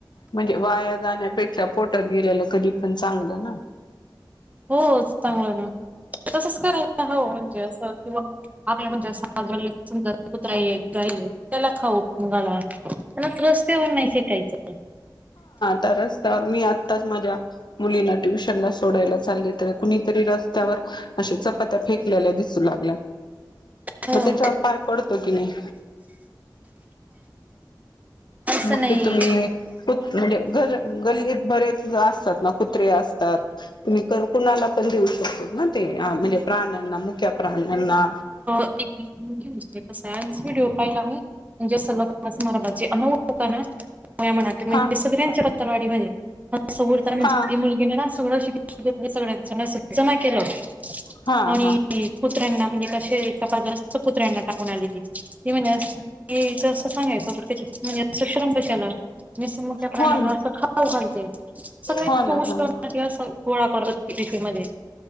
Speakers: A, on the left (about 65°); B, on the right (about 20°).
A: म्हणजे वाया जाण्यापेक्षा पोटात गेलेलं कधी पण चांगलं ना.
B: हो चांगलं ना, तसंच करायचं हो म्हणजे असं किंवा आपल्या म्हणजे असं घरी समजा कुत्रा येईल गाई येईल त्यांना खाऊ घाला. त्याला रस्तेवर नाही फेकायचं ते.
A: ता रस्त्यावर मी आताच माझ्या मुलीला ट्युशनला स सोडायला चालले तर कुणीतरी रस्त्यावर अशे चपात्या फेकलेल्या दिस सु लागल्या,
B: हो
A: मग त्याच्यावर पाय पडतो कि नाही?
B: असं
A: मग
B: नाही
A: ते तुम्ही कुत् म्हणजे घर गल्लीत बरेच असतात ना कुत्रे असतात. कुणी क कुणाला पण देऊ शकतेत ना ते, आ म्हणजे प्राण्यांना मुक्या प्राण्यांना.
B: <unintelligible> तसाच व्हिडिओ पाहिला मी. म्हणजे सलग उपवास <unintelligible> अनुभव होता ना. होय म्हणा ती म्हणे
A: हा
B: सगळ्यांच्या पत्तरवाडी मध्ये, म असं बोलताना म्हणजे
A: हा
B: ती मुलगी तिने ना सगळी शिळं घेतली सगळ्यांचं <unintelligible> जमा केलं.
A: हा
B: आणि
A: हा
B: कुत्र्यांना म्हणजे क शिळी चपाती असती कुत्र्यांना टाकून आली ती. ती म्हणे यायचं असं पण यायचं होतं‌ मग शरम कशाला? <unintelligible> मुक्या प्राण्यांला
A: हो ना
B: असं खाऊ घालते. सगळे
A: हो ना
B: उष्ट
A: हो ना
B: अन्न ती असं गोळा करत होती टिफीनमध्ये.